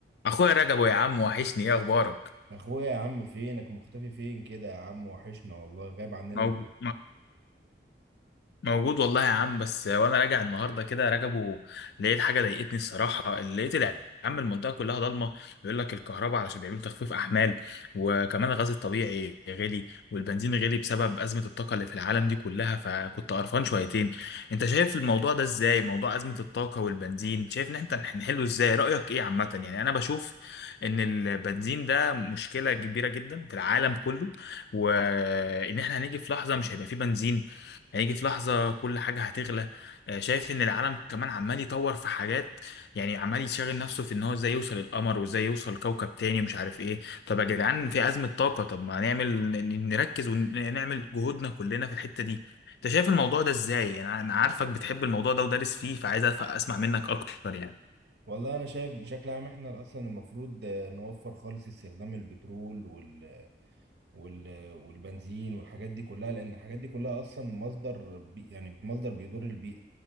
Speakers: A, on the left; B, on the right.
A: اخويا رجبو يا عم وحشني ايه اخبارك
B: اخويا يا عم فينك مختفي فين كده يا عم وحشنا والله غايب عننا
A: موجود,
B: ليه
A: موجود والله يا عم بس وانا راجع النهارده كده راجبه لقيت حاجه ضايقتني الصراحه لقيت يا عم المنطقه كلها ضلمه بيقول لك الكهرباء علشان بيعملوا تخفيف احمال وكمان الغاز الطبيعي غالي والبنزين غالي بسبب ازمه الطاقه اللي في العالم دي كلها فكنت قرفان شويتين انت شايف الموضوع ده ازاي موضوع ازمه الطاقه والبنزين شايف ان احنا هنحله ازاي رايك ايه عامه يعني انا بشوف ان البنزين ده مشكله كبيره جدا في العالم كله وان احنا هنيجي في لحظه مش هيبقى فيه بنزين هيجي في لحظة كل حاجة هتغلى آه، شايف ان العالم كمان عمال يطور في حاجات يعني عمال يشغل نفسه في ان هو ازاي يوصل القمر وازاي يوصل كوكب تاني مش عارف ايه طب يا جدعان في أزمة طاقة طب ما نعمل ن- نركز ونعمل جهودنا كلنا في الحتة دي انت شايف الموضوع ده ازاي انا أنا عارفك بتحب الموضوع ده ودارس فيه فعايز أف- اسمع منك اكتر يعني
B: والله انا شايف بشكل عام احنا اصلا المفروض آه، نوفر خالص استخدام البترول وال... وال... والبنزين والحاجات دي كلها لان الحاجات دي كلها اصلا مصدر بي... يعني مصدر بيضر البيئة